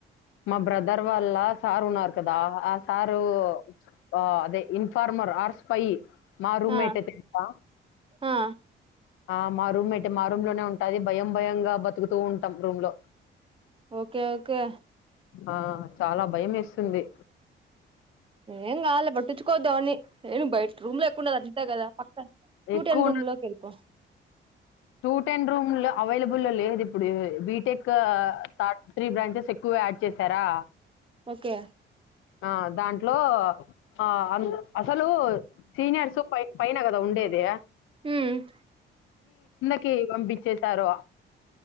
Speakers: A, on the left; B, on the right.
A: మా బ్రదర్ వాళ్ళ సార్ ఉన్నారు కదా ఆ సారు ఆ అదే ఇన్ఫార్మర్ ఆర్ స్పై మా రూమ్
B: ఆ
A: మేటే తెలుసా
B: ఆ
A: ఆ మా రూమ్ మెట్ మా రూమ్ లోనే ఉంటాది భయం భయంగా బతుకుతూ ఉంటాం రూమ్ లో
B: ఓకే ఓకే
A: ఆ చాలా భయం వేస్తుంది
B: ఏం కాదు లే పట్టించుకోవద్దు ఎవరిని ఏ బయట్ రూమ్ లో ఎక్కువ ఉండొద్దు కదా పక్కన్ టూ
A: ఎక్కువ
B: టెన్
A: ఉన్న
B: రూమ్ లోకి వెళ్ళి పో
A: టూ టెన్ రూమ్ లో అవైలబుల్ లేదు ఇప్పుడు బీటెక్ థర్డ్ త్రీ బ్రాంచెస్ ఎక్కువగా యాడ్ చేశారా
B: ఓకే
A: ఆ దాంట్లో ఆ అ అసలు సీనియర్స్ పై పైన నా కదా ఉండేది
B: ఉమ్
A: కి పంపించేశారు